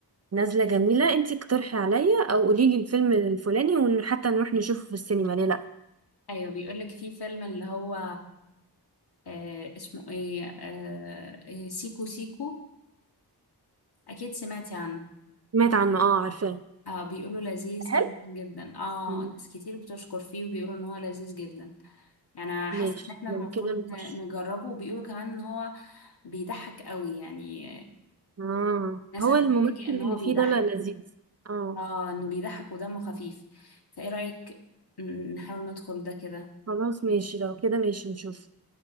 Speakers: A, on the right; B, on the left.
A: نازله جميله انتي اقترحي عليا او قولي لي الفيلم الفلاني وحتى نروح نشوفه في السينما ليه لا
B: أيوة بيقولك في فيلم اللي هو آه اسمه ايه آه إيه، سيكو سيكو أكيد سمعتي عنه
A: سمعت عنه اه عارفاه
B: اه بيقولوا لذيذ
A: حلو
B: جدا جدا اه
A: مم.
B: ناس كتير بتشكر فيه وبيقولوا ان هو لذيذ جدا يعني حاسه
A: ماشي
B: ان احنا
A: من
B: المفروض
A: كده نخش
B: ن- نجربه وبيقولوا كمان ان هو بيضحك قوي يعني
A: اه
B: ناس
A: هو
B: هتتفاجئ
A: الممثل
B: ان
A: اللي
B: هو بيضحك
A: فيه ده لا لذيذ اه
B: اه انه بيضحك ودمه خفيف فايه رأيك ن- نحاول ندخل ده كده
A: خلاص ماشي لو كده ماشي نشوف